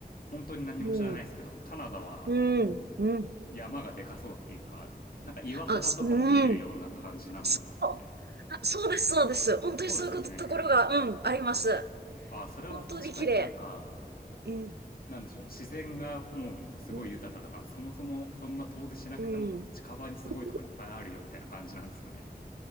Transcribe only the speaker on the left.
本当に何も知らないですけど、
カナダは、
こう、
山がでかそうっていうか、なんか岩肌とかも見えるような感じなのかなって。
そうですよね。
あ、それは確かになんか、
なんでしょう、自然がもうすごい豊かだから、
そもそもそんな遠出しなくても近場にすごいとこいっぱいあるよみたいな感じなんですかね。